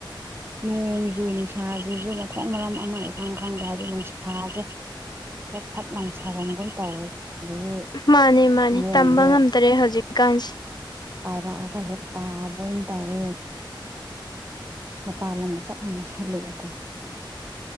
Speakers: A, on the right; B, on the left.
A: ꯅꯣꯡꯖꯨ ꯅꯨꯡꯁꯥꯁꯤꯁꯨ ꯃꯊꯣꯛ ꯃꯔꯝ ꯑꯃ ꯏꯈꯪꯈꯪꯗ ꯍꯥꯏꯕꯗꯤ ꯅꯨꯡꯁꯥꯁꯦ ꯐꯠ ꯐꯠ ꯅꯨꯡꯁꯥꯐꯝꯒꯨꯝ ꯇꯧꯋꯦ ꯑꯗꯒꯤ
B: ꯃꯥꯅꯦ ꯃꯥꯅꯦ
A: ꯅꯣꯡꯁꯦ
B: ꯇꯝꯕ ꯉꯝꯗ꯭ꯔꯦ ꯍꯧꯖꯤꯛ ꯑꯀꯥꯟꯁ
A: ꯄꯥꯏꯔꯛꯑꯒ ꯍꯦꯛ ꯇꯥꯕ ꯑꯣꯏꯅ ꯇꯧꯋꯦ ꯃꯄꯜ ꯂꯝꯒ ꯆꯞ ꯃꯥꯟꯅꯁꯜꯂꯛꯑꯦꯀꯣ